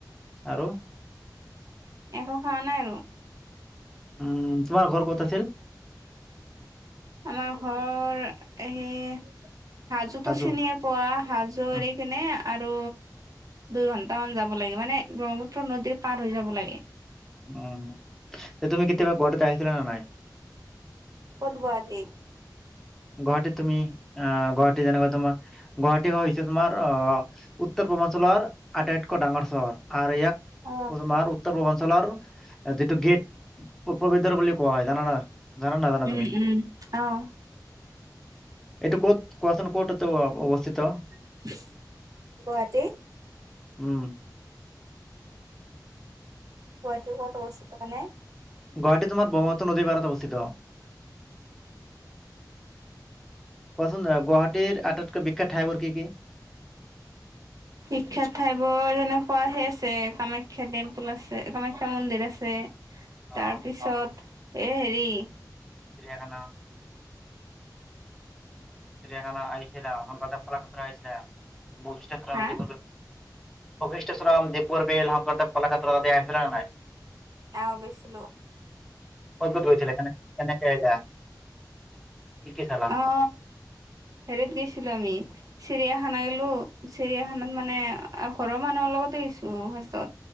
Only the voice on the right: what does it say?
একো খোৱা নাই আৰু।
আমাৰ ঘৰৰ, এই হাজোতো
চিনিয়ে, পোৱা? হাজো
এৰি কিনে, আৰু দুই ঘণ্টামান যাব লাগে। মানে, ব্ৰহ্মপুত্ৰ নদীৰ পাৰ হৈ যাব লাগে।
ক'ত গুৱাহাটী?
অ'।
উম,
উম, অ'!
<unintelligible> গুৱাহাটী।
গুৱাহাটিৰ ক'ত অৱস্থিত মানে
বিখ্যাত ঠাইবোৰ এনো। অ হে আছে কামাখ্যা টেম্পুল আছে কামাখ্যা মন্দিৰ আছে।
তাৰপিছত এ হেৰি
হা
আ গৈছিলোঁ।
অ হেৰিত গেছিলো আমি চিৰিয়াখানা গেলো, চিৰিয়াখানাত মানে ঘৰৰ মানুহৰ লগতো গেছিলোঁ ফাষ্টত